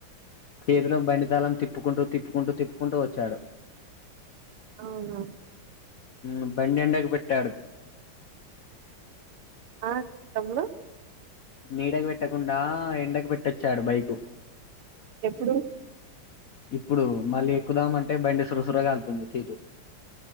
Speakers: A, on the left; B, on the right.
A: చేతిలో బండితాళం తిప్పుకుంటూ తిప్పుకుంటూ తిప్పుకుంటూ వచ్చాడు
B: అవునా
A: ఉ బండి ఎండకి పెట్టాడు
B: ఆ తమ్ముడు
A: నీడకు పెట్టకుండా ఎండకు పెట్టొచ్చాడు బైకు
B: ఎప్పుడు
A: ఇప్పుడు మళ్ళీ ఎక్కుదామంటే బండి సురసుర కాలుతుంది సీటు